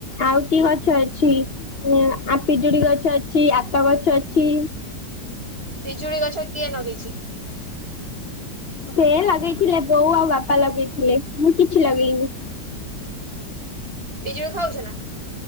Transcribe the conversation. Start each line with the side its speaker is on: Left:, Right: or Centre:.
Left: ଆଉ କି ଗଛ ଅଛି ଇଁ ଆ ପିଜୁଳି ଗଛ ଅଛି ଆତ ଗଛ ଅଛି।
Right: ପିଜୁଳି ଗଛ କିଏ ନଗେଇଚି?
Left: ସେ ଲଗେଇଥିଲେ ବୋଉ ଆଉ ବାପା ଲଗେଇଥିଲେ ମୁଁ କିଛି ଲଗେଇନି।
Right: ପିଜୁଳି ଖାଉଛ ନାଁ?